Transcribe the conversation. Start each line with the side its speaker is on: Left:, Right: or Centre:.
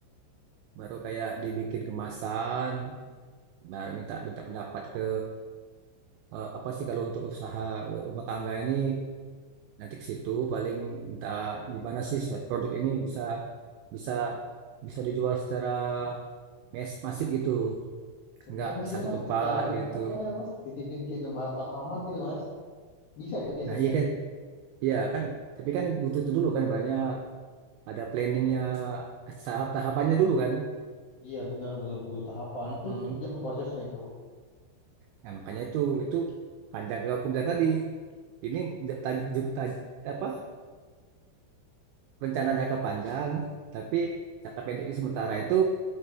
Right: baru kayak dibikin kemasan, baru minta minta pendapat ke eh, apa sih kalau untuk usaha rumah tangga ini nanti ke situ paling minta gimana sih produk ini bisa bisa bisa dijual secara mass- masif gitu.
Left: Oh,
Right: nggak
Left: bisa mas itu
Right: satu
Left: mas,
Right: tempat
Left: ditaruh ini
Right: gitu.
Left: aja mas, titipin ke Indomaret Alfamart gitu mas. Bisa itu biasanya.
Right: Nah iya kan, iya kan, tapi kan butuh itu dulu kan banyak ada planningnya tahap tahapannya dulu kan.
Left: Iya benar betul betul tahapan.
Right: Mm-mm.
Left: Itu panjang prosesnya itu.
Right: Nah makanya itu itu panjang kalau aku bilang tadi ini j- taj- j- taj- apa rencana jangka panjang, tapi jangka pendek ini sementara itu